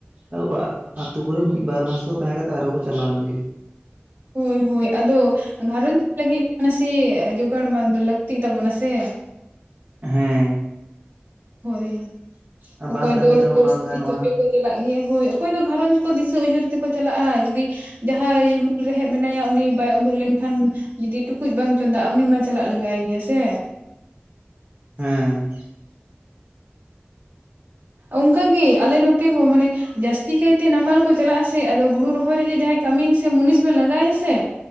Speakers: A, on the right; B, on the right.
A: ᱟᱣ ᱚᱲᱟᱜ ᱟᱛᱳ ᱠᱚᱨᱮ ᱢᱤᱫ ᱵᱟᱨ ᱢᱟᱥ ᱠᱚ ᱛᱟᱦᱮᱸ ᱠᱟᱛᱮ ᱟᱨ ᱠᱚ ᱪᱟᱞᱟᱣᱮᱱ ᱜᱮ᱾
B: ᱦᱳᱭ ᱦᱳᱭ ᱟᱫᱚ ᱜᱷᱟᱨᱚᱧᱡᱽ ᱞᱟᱹᱜᱤᱫ ᱢᱟᱱᱮ ᱥᱮ ᱡᱚᱜᱟᱲ ᱢᱟ ᱫᱚ ᱞᱟᱹᱠᱛᱤᱜ ᱛᱟᱵᱚᱱᱟ ᱥᱮ᱾
A: ᱦᱮᱸ᱾
B: ᱦᱳᱭ᱾ ᱚᱠᱚᱭ
A: ᱵᱟᱝ ᱠᱟᱹᱢᱤ
B: ᱫᱚ
A: ᱨᱮᱦᱚᱸ
B: ᱯᱚᱨᱤᱥᱛᱷᱤ
A: ᱵᱟᱝ ᱜᱟᱱᱚᱜᱼᱟ᱾
B: ᱪᱟᱯᱮ ᱠᱚ ᱪᱟᱞᱟᱜ ᱜᱮᱭᱟ ᱦᱳᱭ᱾ ᱚᱠᱚᱭ ᱫᱚ ᱜᱷᱟᱨᱚᱸᱡᱽ ᱠᱚ ᱫᱤᱥᱟᱹ ᱩᱭᱦᱟᱹᱨ ᱛᱮᱠᱚ ᱪᱟᱞᱟᱜᱼᱟ ᱡᱩᱫᱤ ᱡᱟᱦᱟᱸᱭ ᱢᱩᱞ ᱨᱮᱦᱮᱫ ᱢᱮᱱᱟᱭᱟ ᱩᱱᱤ ᱵᱟᱭ ᱩᱰᱩᱜ ᱞᱮᱱᱠᱷᱟᱱ ᱡᱩᱫᱤ ᱴᱩᱠᱩᱡ ᱵᱟᱝ ᱪᱚᱸᱫᱟᱜ-ᱟ᱾ ᱩᱱᱤ ᱢᱟ ᱪᱟᱞᱟᱜ ᱞᱟᱜᱟᱣᱟᱭ ᱜᱮᱭᱟ ᱥᱮ᱾
A: ᱦᱮᱸ᱾ <inaudible>
B: ᱚᱱᱠᱟ ᱜᱮ ᱟᱞᱮ ᱱᱚᱛᱮ ᱦᱚᱸ ᱢᱟᱱᱮ ᱡᱟᱹᱥᱛᱤ ᱠᱟᱭ ᱛᱮ ᱱᱟᱢᱟᱞ ᱠᱚ ᱪᱟᱞᱟᱜ ᱟᱥᱮ ᱟᱫᱚ ᱦᱩᱲᱩ ᱨᱚᱦᱚᱭ ᱨᱮᱜᱮ ᱡᱟᱦᱟᱸᱭ ᱠᱟᱹᱢᱤᱱ ᱥᱮ ᱢᱩᱱᱤᱥ ᱵᱮᱱ ᱞᱟᱜᱟᱭᱟ ᱥᱮ